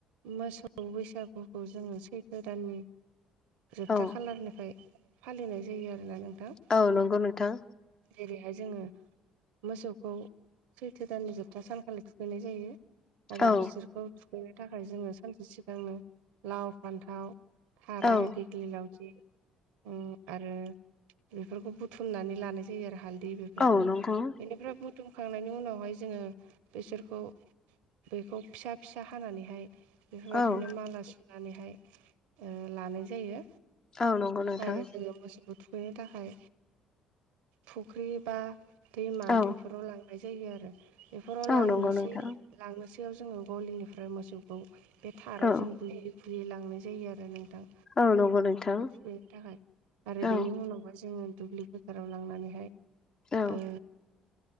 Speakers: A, on the right (about 65°); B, on the left (about 35°).
A: मोसौ बैसागुखौ जोङो सैथो दाननि जोबथा
B: औ
A: खालारनिफ्राय फालिनाय जायो आरोना नोंथां।
B: औ नंगौ नोंथां
A: जेरैहाय जोङो मोसौखौ सैथो दाननि जोबथा सानखालि थुखैनाय जायो आरो
B: औ
A: बिसोरखौ थुखैनो थाखाय जोङो सानसे सिगांनो लाव फान्थाव थाराय
B: औ
A: दिगलि लावथि उम आरो बेफोरखौ बुथुमनानै लानाय जायो आरो हालदै बे फोरखौ
B: औ नंगौ
A: बेनिफ्राय बुथुमखांनायनि उनावहाय जोङो बेसोरखौ बेखौ फिसा फिसा हानानैहाय बेफोरबायदिनो
B: औ
A: माला सुनानैहाय ओ लानाय जायो
B: औ नंगौ नोंथां
A: आरो जोङो मोसौखौ थु- खैनो थाखाय फुख्रि बा दैमा
B: औ
A: बेफोराव लां नाय जायो आरो बेफोराव
B: औ
A: लांनोसै
B: नंगौ नोंथां
A: लांनोसैयाव जोङो गलिनिफ्राय मोसौ खौ बे थारायजों
B: औ
A: बुयै बुयै लांनाय जायो आरो नोंथां
B: औ नंगौ नोंथां
A: थुखैनो थाखाय आरो
B: औ
A: बेनि उनावहाय जोङो दुब्लि फोथाराव लांनानैहाय
B: औ
A: ओ